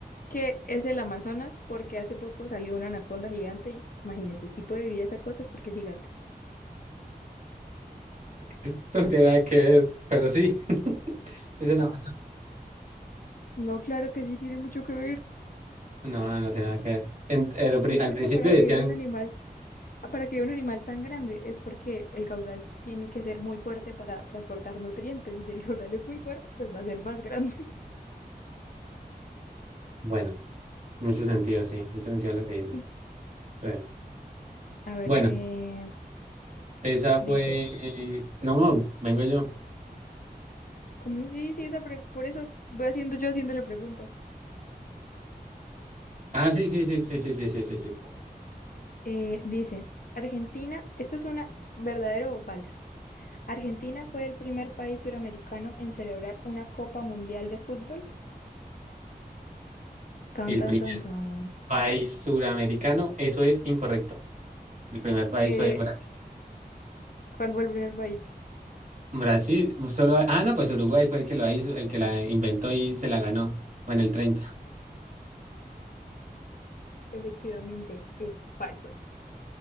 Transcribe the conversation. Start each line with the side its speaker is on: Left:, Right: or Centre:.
Left: que es el Amazonas porque hace poco salió una anaconda gigante y imagínese, si puede vivir esas cosas porque es gigante.
Right: <laughs> eso no tiene nada que ver, pero sí, <laughs> sí se la
Left: No, claro que sí, tiene mucho que ver.
Right: No, no tiene nada que ver. En- eh, lo pri-
Left: Sí,
Right: al
Left: porque
Right: principio
Left: para
Right: decían,
Left: que viva un animal, ah, para que viva un animal tan grande es porque el caudal tiene que ser muy fuerte para transportar nutrientes. Y si el caudal es muy fuerte, pues va a ser más grande.
Right: bueno, mucho sentido, sí, mucho sentido en lo que dicen.
Left: <laughs>
Right: Sí.
Left: A ver,
Right: Bueno,
Left: eh,
Right: esa
Left: dice,
Right: fue. No, no, vengo yo.
Left: ¿cómo sí, sí, esa pre- por eso voy haciendo yo haciéndole pregunta.
Right: Ah, sí, sí, sí, sí, sí, sí, sí, sí, sí.
Left: Eh, dice, Argentina, esto es una, ¿verdadero o falso? Argentina fue el primer país suramericano en celebrar una Copa Mundial de Fútbol. Tan,
Right: El
Left: tan,
Right: primer
Left: tan, tan.
Right: país suramericano, eso es incorrecto. El primer país
Left: Eh,
Right: fue Brasil.
Left: ¿cuál fue el primer país?
Right: Brasil, solo. Ah, no, pues Uruguay fue el que lo hizo, el que la inventó y se la ganó. Bueno, el treinta
Left: Efectivamente, es falso.